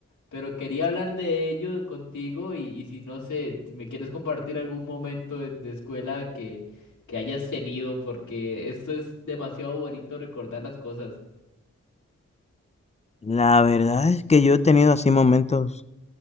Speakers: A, on the left (about 85°); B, on the left (about 25°).
A: Pero quería hablar de ello contigo y, y si no sé, si me quieres compartir algún momento de, de escuela que, que hayas tenido, porque esto es demasiado bonito recordar las cosas.
B: La verdad es que yo he tenido así momentos